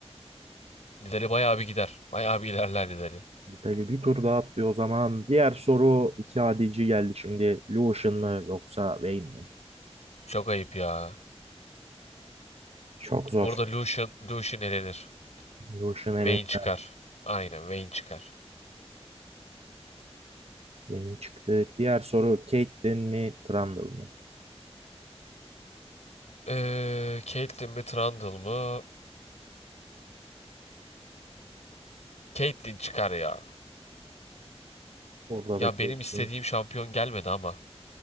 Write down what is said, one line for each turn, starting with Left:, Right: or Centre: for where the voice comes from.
Left: Nidali bayağı bir gider. Bayağı bir ilerler Nidali.
Right: Nidalee bir tur daha atlıyor o zaman. Diğer soru iki adici geldi şimdi. Lucian mı yoksa Vayne mi?
Left: Çok ayıp ya.
Right: Çok zor.
Left: Burada Lucian, Lucian elenir.
Right: Lucian
Left: Vayne
Right: elinde.
Left: çıkar. Aynen Vayne çıkar.
Right: Vayne çıktı. Diğer soru Caitlyn mi Trundle mı?
Left: Ee, Caitlyn mi Trundle mı? Caitlyn çıkar ya.
Right: Orada
Left: Ya
Right: da Caitlyn.
Left: benim istediğim şampiyon gelmedi ama.